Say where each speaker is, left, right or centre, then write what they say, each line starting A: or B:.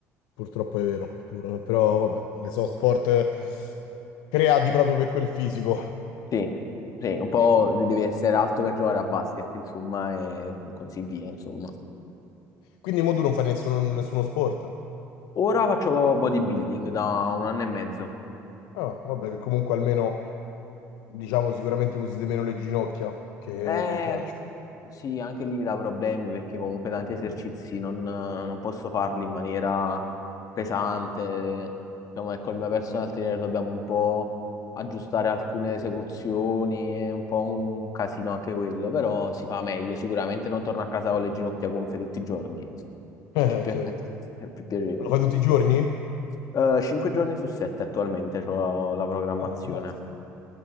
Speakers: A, on the left; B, on the left.
A: Purtroppo è vero, pur- però vabbè, so sport eh, creati proprio per quel fisico.
B: sì, sì, un po' devi essere alto per giocare a basket, insomma, e così via, insomma.
A: Quindi mo tu non fai nessuno, nessuno sport.
B: Ora faccio bodybuilding da un anno e mezzo.
A: Ah, vabbè, che comunque almeno, diciamo, sicuramente usi di meno le ginocchia che
B: Eh,
A: nel calcio. <laughs>
B: sì, anche lì mi dà problemi perché comunque tanti esercizi non, non posso farli in maniera pesante. Diciamo che col mio personal trainer dobbiamo un po' aggiustare alcune esecuzioni, è un po' un casino anche quello, però si fa meglio. Sicuramente non torno a casa con le ginocchia gonfie tutti i giorni, insomma.
A: Eh,
B: È più, pi-
A: certo.
B: <laughs> è più piacevole.
A: Lo fai tutti i giorni?
B: Eh, Cinque giorni su sette attualmente ho la programmazione.
A: Ah, ammazza.